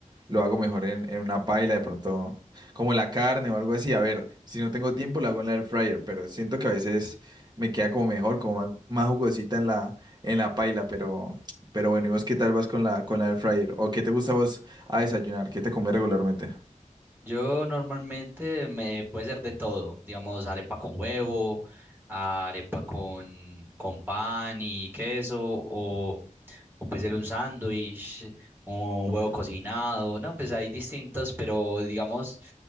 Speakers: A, on the right (about 30°); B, on the right (about 15°).
A: lo hago mejor en, en una paila de pronto, como la carne o algo así. A ver, si no tengo tiempo, la hago en la air fryer, pero siento que a veces me queda como mejor, como más, más jugosita en la, en la paila, pero, pero bueno, ¿y vos qué tal vas con la, con la air fryer? ¿O qué te gusta a vos? A desayunar, ¿qué te comes regularmente?
B: Yo normalmente me puede ser de todo, digamos arepa con huevo, arepa con, con pan y queso, o, o puede ser un sándwich, un
A: Ok.
B: huevo cocinado, no, pues hay distintos, pero digamos